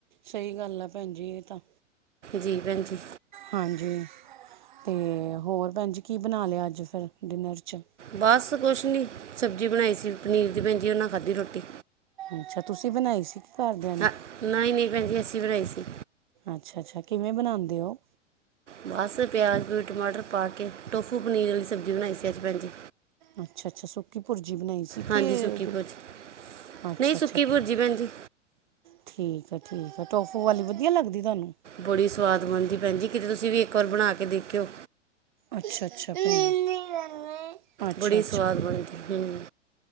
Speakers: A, on the right; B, on the right.
A: ਸਹੀ ਗੱਲ ਆ ਭੈਣ ਜੀ ਇਹ ਤਾਂ
B: ਜੀ ਭੈਣਜੀ
A: ਹਾਂਜੀ ਤੇ ਹੋਰ ਭੈਣ ਜੀ ਕੀ ਬਣਾ ਲਿਆ ਅੱਜ ਫਿਰ, ਡਿਨਰ ਚ
B: ਬਸ ਕੁਛ ਨਹੀਂ, ਸਬਜ਼ੀ ਬਣਾਈ ਸੀ ਪਨੀਰ ਦੀ ਭੈਣ ਜੀ ਉਹਨਾਂ ਖਾਧੀ ਰੋਟੀ
A: ਅੱਛਾ ਤੁਸੀਂ ਬਣਾਈ ਸੀ, ਕੀ ਘਰਦਿਆਂ ਨੇ
B: ਹਾਂ ਨਹੀਂ -ਨਹੀਂ ਭੈਣ ਜੀ, ਅਸੀਂ ਬਣਾਈ ਸੀ
A: ਅੱਛਾ -ਅੱਛਾ ਕਿਵੇਂ ਬਣਾਉਂਦੇ ਹੋ
B: ਬਸ ਪਿਆਜ਼- ਪਿਯੂਜ, ਟਮਾਟਰ ਪਾ ਕੇ ਟੋਫੂ ਪਨੀਰ ਵਾਲੀ ਸਬਜ਼ੀ ਬਣਾਈ ਸੀ ਅੱਜ ਭੈਣ ਜੀ
A: ਅੱਛਾ -ਅੱਛਾ ਸੁੱਕੀ ਭੁਰਜੀ ਬਣਾਈ ਸੀ
B: ਹਾਂਜੀ
A: ਕੇ,
B: ਸੁੱਕੀ ਭੁਰਜੀ
A: ਅੱਛਾ-
B: ਨਹੀਂ ਸੁੱਕੀ
A: ਅੱਛਾ
B: ਭੁਰਜੀ ਭੈਣ ਜੀ
A: ਠੀਕ ਹੈ ਠੀਕ ਆ ਟੋਫੂ ਵਾਲੀ ਵਧੀਆ ਲੱਗਦੀ ਤੁਹਾਨੂੰ
B: ਬੜੀ ਸੁਆਦ ਬਣਦੀ ਭੈਣ ਜੀ ਕਿਤੇ ਤੁਸੀਂ ਵੀ ਇੱਕ ਵਾਰ ਬਣਾ ਕੇ ਦੇਖਿਓ
A: ਅੱਛਾ -ਅੱਛਾ, ਅੱਛਾ -ਅੱਛਾ
B: ਬੜੀ ਸਵਾਦ ਬਣਦੀ ਹੂੰ